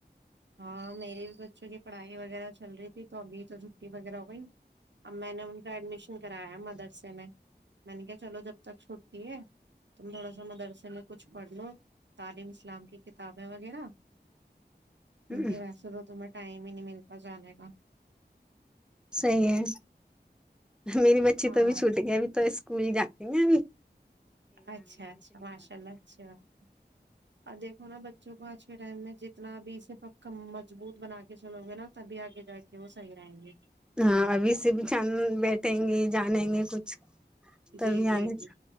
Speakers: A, on the right; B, in the centre.
A: ہاں میری بچوں کی پڑھائی وغیرہ چل رہی تھی تو ابھی تو چھٹی وغیرہ ہو گئی اب میں نے ان کا ایڈمیشن کرایا مدرسے میں میں نے کیا چلو جب تک چھٹٹی ہے تم تھوڑا سا مدرسہ لو کچھ پڑھ لو تعلیم اسلام کے کتابیں وغیرہ
B: ہے
A: کیونکہ ویسے تو تمہیں ٹائم ہی نہیں ملتا جانے کا
B: صحیح ہے میری بچی
A: ہاں
B: تو بھی چھوٹ گیا ابھی تو اسکول جاتتی ہیں بھی
A: اچھا اچھا ماشاء اللہ اچھا دیکھو نا بچوں کو آج کے ٹائم میں جتنا بھی اسے پ مضبوت بنا کے چلو گے نہ تب بھی آگے جا کے کہ وہ صحی رہیں گے
B: ہاں ابھی سے بھی چان بیٹھیں گی جانیں گے کچھ تبھی
A: جی جی
B: آگے
A: جی